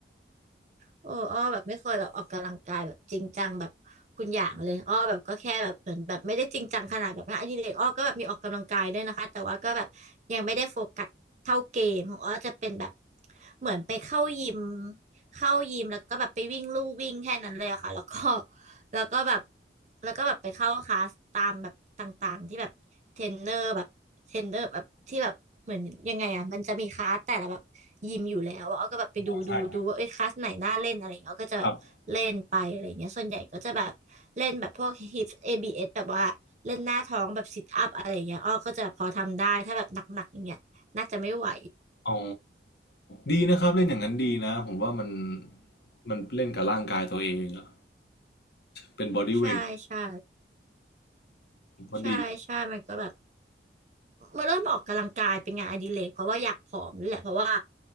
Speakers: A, on the right (about 40°); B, on the left (about 65°).
A: โอ้อ้อแบบไม่เคยแบบออกกำลังกายแบบจริงจังแบบคุณอย่างเลยอ้อแบบก็แค่แบบเหมือนแบบไม่ได้จริงจังขนาดแบบงานอดิเรกอ้อก็แบบมีออกกำลังกายด้วยนะคะ แต่ว่าก็แบบยังไม่ได้โฟกัสเท่าเกมของอ้อจะเป็นแบบเหมือนไปเข้ายิมเข้ายิมแล้วก็แบบไปวิ่งลู่วิ่งแค่นั้นเลยอะค่ะแล้วก็ แล้วก็แบบแล้วก็แบบไปเข้าคลาสตามแบบต่างๆที่แบบเทรนเนอร์แบบเทรนเนอร์แบบที่แบบเหมือนยังไงอ่ะมันจะมีคลาสแต่ละแบบยิมอยู่แล้วอะอ้อก็แบบไปดูดูดูว่าเอ้ยคลาสไหนน่าเล่นอะไรอย่างเงี้ยอ้อก็จะแบบเล่นไปอะไรอย่างเงี้ยส่วนใหญ่ก็จะแบบเล่นแบบพวก
B: อ๋อใช่ครับครับ
A: hips ABS แบบว่าเล่นหน้าท้องแบบ sit up อะไรอย่างเงี้ยอ้อก็จะพอทำได้ถ้าแบบหนักๆอย่างเงี้ยน่าจะไม่ไหว
B: อ๋อดีนะครับเล่นอย่างนั้นดีนะผมว่ามันมันเล่นกับร่างกายตัวเองอะ เป็นบอดี้เวท
A: ใช่ใช่
B: ก็ดี
A: ใช่ใช่มันก็แบบ เมาเริ่มออกกำลังกายเป็นงานอดิเรกเพราะว่าอยากผอมนี่แหละเพราะว่า